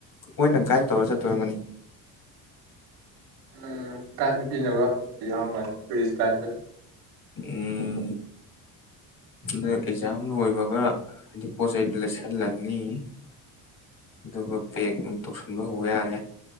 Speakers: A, on the left; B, on the right.
A: ꯃꯣꯏꯅ ꯒꯥꯏꯗ ꯇꯧꯔ ꯆꯠꯇꯣꯏꯔꯝꯅꯤ
B: ꯎꯝ ꯒꯥꯢꯠ ꯄꯤꯅꯕ ꯑꯃꯗꯤ ꯌꯥꯎꯒꯔꯅꯤ ꯇꯨꯔꯤꯁ ꯒꯥꯏꯗꯠꯇ
A: ꯎꯝ ꯑ ꯑꯦꯛꯖꯥꯝ ꯂꯣꯏꯕꯒ ꯍꯥꯏꯗꯤ ꯄꯣꯠ ꯆꯩꯗ ꯂꯩꯁꯜꯂꯅꯤ ꯑꯗꯨꯒ ꯄꯦꯛ ꯑꯗꯨ ꯇꯧꯁꯟꯕ ꯍꯧꯕ ꯌꯥꯔꯦ